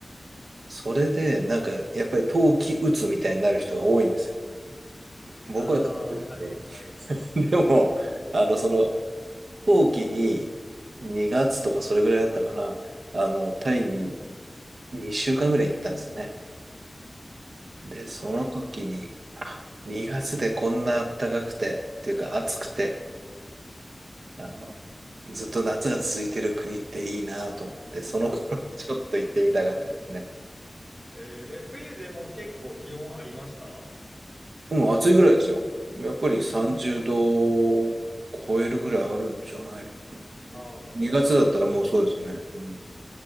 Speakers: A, on the right; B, on the right.
A: それで、なんか、やっぱり冬季うつみたいになる人が多いんですよ。僕は大丈夫ですけど。
B: あー、はい、はい。
A: <laughs> でも、あの、その、冬季に2月とかそれぐらいだったかな。あの、タイに2週間ぐらい行ったんですよね。で、その時に、
B: はい。
A: あ2月でこんな暖かくて、っていうか暑くて、あの、ずっと夏が続いてる国っていいなと思って、その頃 <laughs> ちょっと行ってみたかったですね。
B: えー、え、冬でも結構気温ありましたう
A: うん、暑いぐらいですよ。やっぱり30度を
B: ーん。
A: 超えるぐらいあるんじゃないのかな。
B: あー、もうじゃあもう一年。
A: 2月だったらもうそうですね。うん。